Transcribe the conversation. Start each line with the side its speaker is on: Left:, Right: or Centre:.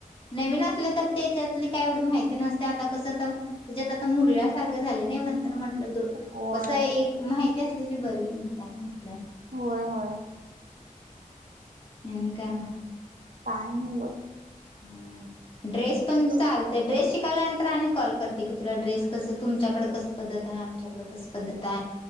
Left: नवीन असले तर ते त्यातले काय एवढी माहिती नसते आता कसं तर त्याच्यात आता मुरल्यासारखं झाले नाही म्हणत. तर म्हंटलं द
Right: होय
Left: कसं एक माहिती असलेली बरी म्हणता म्हटलं.
Right: होय.. होय.
Left: आणि काय मगं.
Right: काय नाही बघं.
Left: ह ड्रेस पण
Right: तो
Left: चालतयं. ड्रेस शिकायल्या- णी कॉल करते की तुला ड्रेस कसं तुमच्याकडे कसं पद्धत आहे आमच्याकडे कसं. पद्धत आहे.